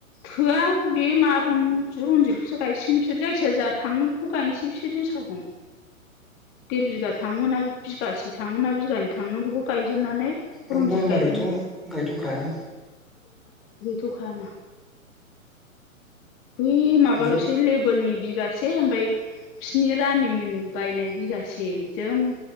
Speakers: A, on the left; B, in the centre.
A: थोआ बे मा रनज रनजितखौसो गायसिगोन बिसोर जायखिजाया जा थाङो बेखौ गायनोसै बिसोर जोसाखौ देर बिगा थाङो ना बिगासे थाङो ना बिगानै थाङो बेखौ गायजोबनानै
B: बे
A: रनजित
B: बलमारियाथ'
A: गायगोन ना
B: गायथ'खाया
A: थ'खायाना बै माबाल'सो
B: बि
A: लेबेलनि बि गासे ओमफ्राय बिसोरनि रानिमोननि बायनाय बिगासे जों